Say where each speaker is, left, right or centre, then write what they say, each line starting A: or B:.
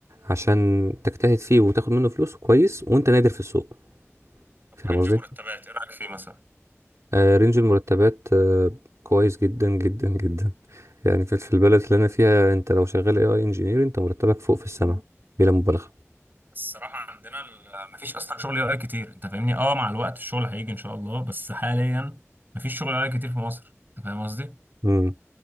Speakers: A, on the right; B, on the right.
A: عشان تجتهد فيه وتاخد منه فلوس كويس وأنت نادر في السوق
B: طب
A: فاهم
B: ورينج
A: قصدي؟
B: مرتبات ايه رايك في فيه مثلا
A: آه، رينج المرتبات آه، كويس جدا جدا جدا يعني في في البلد اللي أنا فيها أنت لو شغال AI engineer أنت مرتبك فوق في السماء بلا مبالغة
B: بس الصراحه عندنا ال... مفيش اصلا شغل يو اي كتير انت فاهمني اه مع الوقت الشغل هيجي ان شاء الله بس حاليا مفيش شغل يو اي كتير في مصر انت فاهم قصدي
A: امم